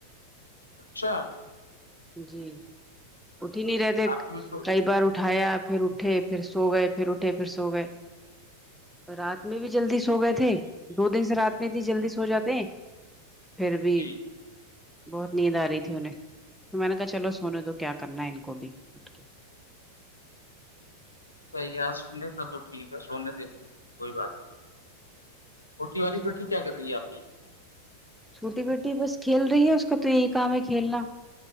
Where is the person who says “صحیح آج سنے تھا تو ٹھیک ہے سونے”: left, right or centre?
Left